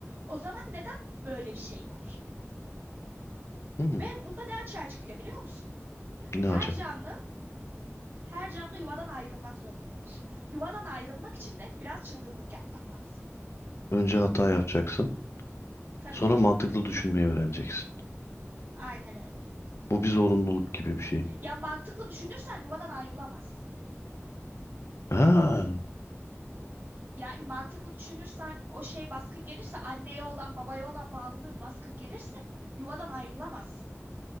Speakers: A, on the right; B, on the left.
A: O zaman neden böyle bir şey var?
B: hı.
A: Ve bunda ne açığa çıkıyor biliyor musun?
B: Ne
A: Her
B: acaba?
A: canlı her canlı yuvadan ayrılmak zorundadır. Yuvadan ayrılmak için de biraz çılgınlık yapman lazım.
B: Önce hata yapacaksın.
A: Tabii
B: Sonra
A: ki.
B: mantıklı düşünmeyi öğreneceksin.
A: Aynen öyle.
B: Bu bir zorunluluk gibi bir şey.
A: Ya mantıklı düşünürsen yuvadan ayrılamaz.
B: Ha,
A: Yani mantıklı düşünürsen o şey baskın gelirse anneye olan babaya olan bağlılığın baskın gelirse yuvadan ayrılamaz.